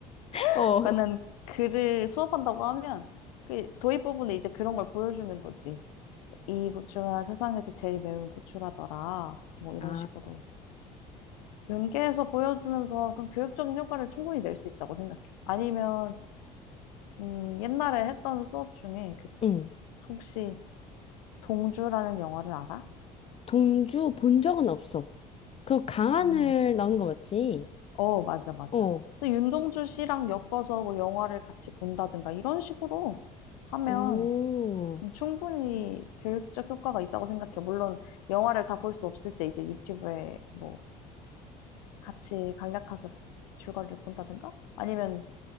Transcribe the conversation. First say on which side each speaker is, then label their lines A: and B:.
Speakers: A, on the left; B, on the left.
A: <laughs>
B: <laughs>
A: 어.
B: 관한 글을 수업한다고 하면 그 도입 부분에 이제 그런 걸 보여주는 거지. 이 고추가 세상에서 제일 매운 고추라더라. 뭐 이런
A: 아,
B: 식으로 연계해서 보여주면서 그런 교육적인 효과를 충분히 낼 수 있다고 생각해. 아니면 음, 옛날에 했던 수업 중에 그
A: 응.
B: 혹시 동주라는 영화를 알아?
A: 동주 본 적은 없어. 그 강하늘
B: 음.
A: 나온 거 맞지?
B: 어, 맞아, 맞아.
A: 어.
B: 그래서 윤동주 씨랑 엮어서 뭐 영화를 같이 본다든가 이런 식으로 하면
A: 오.
B: 충분히 교육적 효과가 있다고 생각해. 물론 영화를 다 볼 수 없을 때 이제 유튜브에 뭐 같이 간략하게 줄거리를 본다든가 아니면